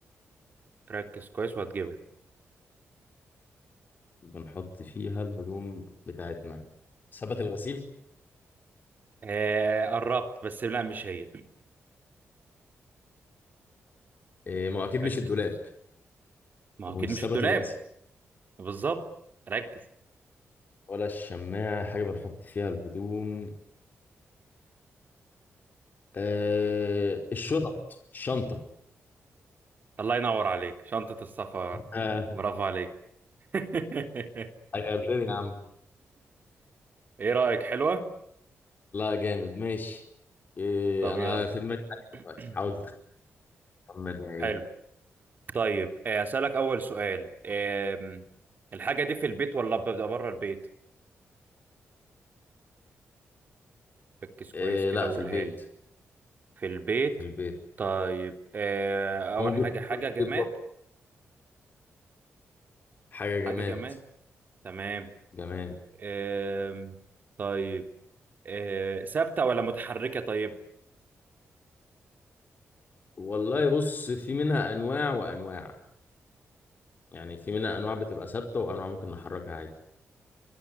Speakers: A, on the right (about 40°); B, on the left (about 40°).
A: ركز كويس وهتجيبها
B: بنحط فيها الهدوم بتاعتنا سبت الغسيل
A: آه قربت بس لا مش هي
B: إيه ما هو اكيد
A: <clears throat>
B: مش
A: ركز
B: الدولاب
A: ما
B: ومش
A: هو اكيد مش
B: سبت
A: الدولاب
B: الغسيل
A: بالظبط ركز
B: ولا الشماعة حاجة بنحط فيها الهدوم آه الشنط الشنطة
A: الله ينور عليك شنطة السفر
B: آه
A: برافو عليك <laughs>
B: غيرتني يا عم
A: ايه رأيك حلوة
B: لا جامد ماشي آه
A: طب
B: أنا
A: يلا
B: في دماغي حاجة
A: <clears throat>
B: دلوقتي حاول تخمنها إيه
A: حلو طيب آه، أسألك أول سؤال آم، الحاجة دي في البيت ولا ببدأ بره البيت ركز كويس
B: آه
A: كده
B: لا
A: وقولها
B: في البيت
A: لي في البيت
B: في البيت
A: طيب آه، أول
B: وممكن
A: حاجة حاجة
B: تكون في
A: جماد
B: البيت برضه. حاجة جماد
A: حاجة جماد تمام
B: جماد
A: آم، طيب آه، ثابتة ولا متحركة طيب
B: والله بص في منها أنواع وأنواع يعني في منها أنواع بتبقى ثابتة وأنواع ممكن نحركها عادي